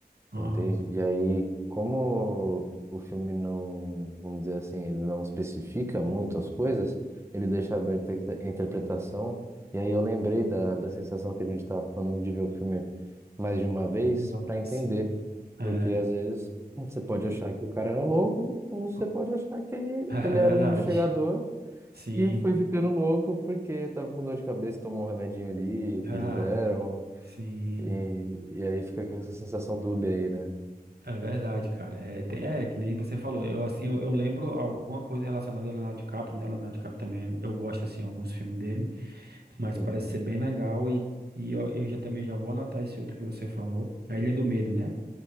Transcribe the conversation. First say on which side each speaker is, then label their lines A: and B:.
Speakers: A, on the right; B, on the right.
A: Ah.
B: entende? E aí, como o filme não, vamos dizer assim, ele não especifica muito as coisas, ele deixa aberta a inter- a interpretação. E aí eu lembrei da, da sensação que a gente estava falando de ver o filme mais de uma vez
A: Ah,
B: para entender,
A: sim. É,
B: porque às vezes você pode achar que o cara era louco, ou você
A: co-
B: pode achar que
A: <laughs> é
B: ele
A: verdade.
B: era um investigador.
A: Sim.
B: que foi ficando louco porque tava com dor de cabeça, tomou um remedinho ali
A: Ah,
B: que eles deram.
A: sim.
B: E, e aí fica com essa sensação dúbia aí, né?
A: É verdade, cara. É, tem, é que nem você falou. Eu assim, eu, eu lembro alguma coisa relacionada a Leonardo DiCaprio, né? Leonardo DiCaprio também. Eu gosto assim alguns filmes dele, mas
B: Sim.
A: parece ser bem legal e, e eu, eu já também já vou anotar esse outro que você falou. A Ilha do Medo, né?